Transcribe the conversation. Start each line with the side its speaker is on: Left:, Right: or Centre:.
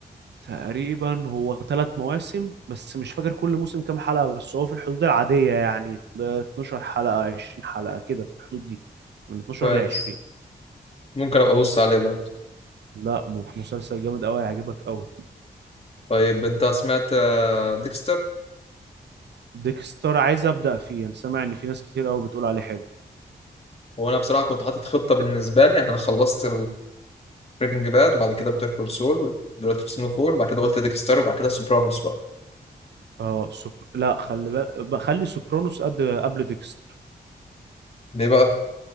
Right: تقريبا هو ثلاث مواسم بس مش فاكر كل موسم كام حلقة بس هو في الحدود العادية يعني 12 حلقة 20 حلقة كده في الحدود دي من 12
Left: كويس
Right: ل 20
Left: ممكن ابقى ابص عليه برضه
Right: لا م- مسلسل جامد قوي هيعجبك قوي
Left: طيب انت سمعت ديكستر
Right: ديكستر عايز أبدأ فيه انا سامع ان في ناس كتير قوي بتقول عليه حلو
Left: هو انا بصراحة كنت حاطط خطة بالنسبة لي يعني انا خلصت بريكنج باد وبعد كده بيتر كول سول دلوقتي في سنو فول وبعد كده قلت ديكستر وبعد كده سوبرانوس بقى
Right: اه سوبر... لا خلي بالك بخلي سوبرانوس قد قبل ديكستر
Left: ليه بقى